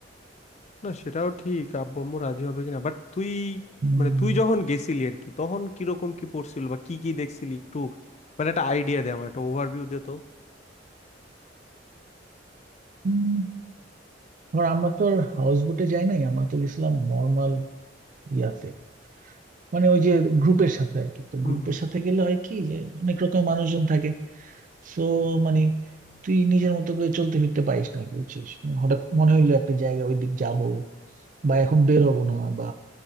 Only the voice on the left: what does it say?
না সেটাও ঠিক আব্বু আম্মু রাজি হবে কিনা বাট তুই
মানে তুই যখন গেছিলি আর কি তখন কিরকম কি পড়ছিল বা কি কি দেখছিলি একটু মানে একটা আইডিয়া দে আমার একটা ওভারভিউ দে তো
হুম
হুম